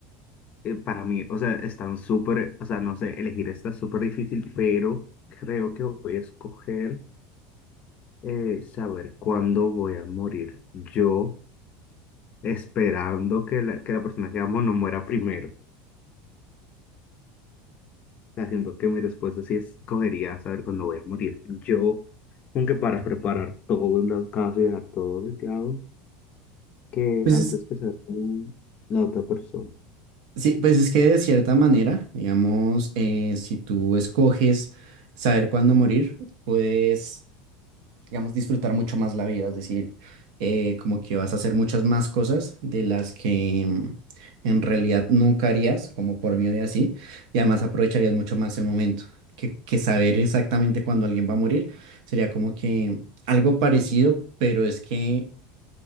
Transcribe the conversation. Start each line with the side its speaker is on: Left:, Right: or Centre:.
Left: eh, para mí, o sea, están súper, o sea, no sé, elegir está súper difícil, pero creo que voy a escoger eh, saber cuándo voy a morir. Yo esperando que la, que la persona que amo no muera primero. Haciendo que mi respuesta sí escogería saber cuándo voy a morir. Yo, aunque para preparar todo en la casa y dejar todo dedicado, que
Right: Pues
Left: antes
Right: es
Left: que sea un- la otra persona.
Right: Sí, pues es que de cierta manera, digamos, eh, si tú escoges saber cuándo morir, puedes, digamos, disfrutar mucho más la vida, es decir, eh, como que vas a hacer muchas más cosas de las que mm, en realidad nunca harías, como por miedo y así, y además aprovecharías mucho más el momento, que, que saber exactamente cuándo alguien va a morir sería como que algo parecido, pero es que